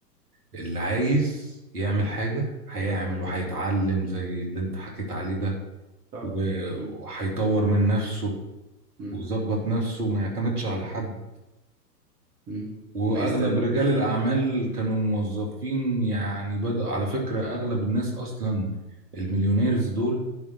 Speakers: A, on the right; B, on the right.
A: اللي عايز يعمل حاجة هيعمل وهيتعلم زي اللي انت حكيت عليه ده
B: صح
A: و-
B: م-
A: وهيطور من نفسه
B: م-
A: ويظبط نفسه وما يعتمدش على حد
B: م-
A: واغلب
B: ما يستناش
A: رجال الاعمال كانوا موظفين يعني بدأ على فكرة اغلب الناس اصلا المليونيرز دول